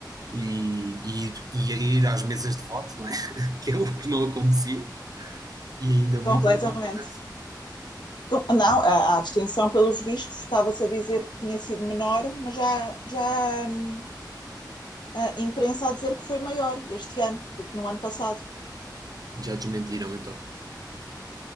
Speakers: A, on the right (about 55°); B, on the left (about 70°).
A: e, e, ir, e ir às mesas de voto, não é? <laughs> Que é o que não acontecia. E ainda
B: completamente.
A: muita não acontece.
B: Com- Não, a, a abstenção, pelos vistos, estava-se a dizer que tinha sido menor, mas já, já hum, a imprensa a dizer que foi maior este ano do que no ano passado.
A: Já desmentiram então.